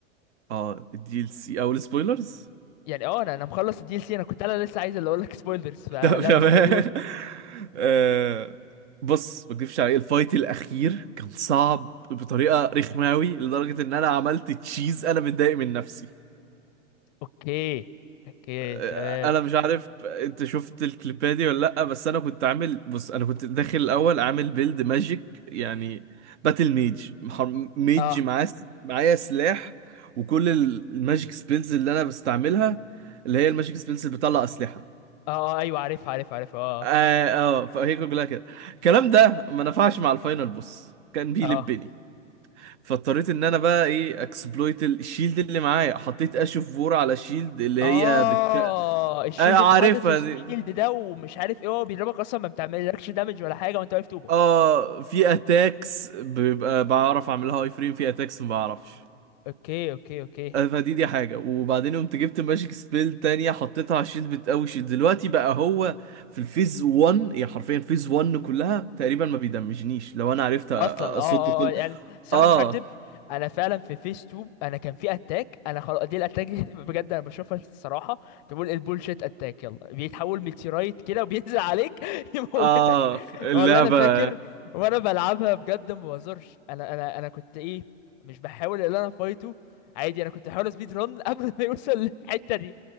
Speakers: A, on the right; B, on the left.
A: اه الدي ال سي او السبويلرز
B: يعني اه انا انا مخلص الدي ال سي انا كنت انا لسه عايز اللي اقول لك سبويلرز فلا
A: طب تمام
B: بس قول
A: <laughs> آه، بص ما اكدبش عليك الفايت الاخير كان صعب بطريقه رخمه قوي لدرجه ان انا عملت تشيز انا متضايق من نفسي
B: اوكي اوكي
A: آه،
B: تمام
A: انا مش عارف انت شفت الكليبات دي ولا لا بس انا كنت عامل بص انا كنت داخل الاول عامل بيلد ماجيك يعني باتل ميج محر- ميج
B: اه
A: معاه س- معايا سلاح وكل ال- الماجيك سبيلز اللي انا بستعملها اللي هي الماجيك سبيلز اللي بتطلع اسلحه
B: اه آه، ايوه عارف عارف عارف اه آه.
A: اه آه، فهي كلها كده الكلام ده ما نفعش مع الفاينل بوس كان بيلبني
B: اه
A: فاضطريت ان انا بقى ايه اكسبلويت الشيلد اللي معايا حطيت اشوف فور على شيلد اللي
B: اه
A: هي بتك...
B: الشيلد
A: آه
B: انت
A: عارفها
B: حاطط الشيلد
A: دي
B: ده ومش عارف ايه هو بيضربك اصلا ما بتعملكش دامج ولا حاجه وانت واقف طوبه
A: اه في اتاكس بيبقى بعرف اعملها هاي فريم في اتاكس ما بعرفش
B: اوكي اوكي اوكي
A: آه، فدي دي حاجة وبعدين قمت جبت ماجيك سبيل تانية حطيتها على الشيلد بتقوي شيلد دلوقتي بقى هو في الفيز 1 يعني حرفيا فيز 1 كلها تقريبا ما بيدمجنيش لو انا عرفت أ- أ-
B: اصلا
A: اصد
B: اه اه
A: كل
B: آه، يعني الصراحه
A: اه
B: مش هكدب انا فعلا في فيس 2 انا كان في اتاك انا خلاص دي الاتاك دي <laughs> بجد انا بشوفها الصراحه تقول البولشيت اتاك يلا بيتحول ميتيرايت كده وبينزل عليك <laughs> يموتك
A: اه اللعبة
B: والله انا فاكر وانا بلعبها بجد ما بهزرش انا انا انا كنت ايه مش بحاول ان انا فايته عادي انا كنت بحاول سبيد رun <laughs> قبل ما يوصل للحته دي